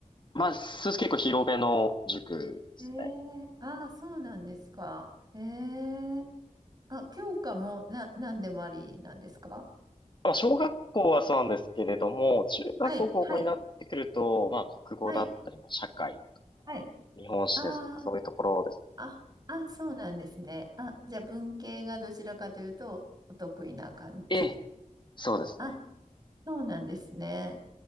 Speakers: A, on the left; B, on the right.
A: まあ、す結構広めの塾ですね。
B: えー、ああ、そうなんですか。ええあ、教科もな、何でもありなんですか
A: まあ、小学校はそうなんですけれども、中学校、
B: はい、
A: 高校になってくると、
B: はい、
A: まあ、国語だったり、
B: はい、
A: まあ、社会とか、
B: はい。
A: 日本史ですとか、
B: あ
A: そういうところです
B: あ、あ、あ、そうなんですね。あ、じゃあ文系がどちらかというとお得意な感じ。
A: ね。ええ、そうですね。
B: あ、そうなんですね。